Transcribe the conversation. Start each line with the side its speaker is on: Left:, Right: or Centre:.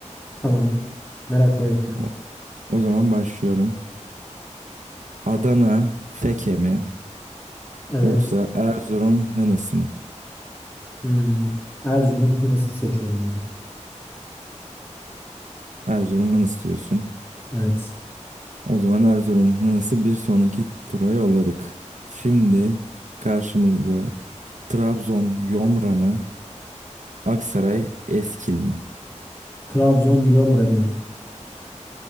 Left: Tamam. Merakla bekliyorum.
Right: O o zaman başlıyorum. Adana Feke mi
Left: Evet.
Right: yoksa Erzurum Hınıs mı?
Left: Hmm. Erzurum Hınıs'ı seçiyorum burada.
Right: Erzurum Hınıs diyorsun.
Left: Evet.
Right: O zaman Erzurum Hınıs'ı bir sonraki tura yolladık. Şimdi karşımızda Trabzon Yomra mı? Aksaray Eskil mi?
Left: Trabzon Yomra diyorum